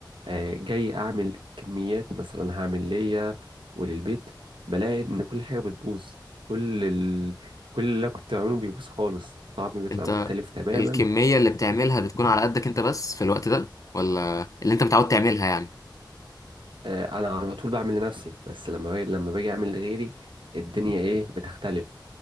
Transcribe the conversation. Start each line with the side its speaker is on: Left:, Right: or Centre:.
Right: آه، جاي اعمل كميات مثلا هعمل ليا وللبيت بلاقي ان كل حاجه بتبوظ كل ال... كل اللي أنا كنت بعمله بيبوظ خالص الطعم بيطلع
Left: انت
Right: مختلف تماما
Left: الكمية اللي بتعملها بتكون على قدك انت بس في الوقت ده ولا اللي انت متعود تعملها يعني
Right: آه، انا على طول بعمل لنفسي بس لما باجي لما باجي اعمل لغيري الدنيا ايه بتختلف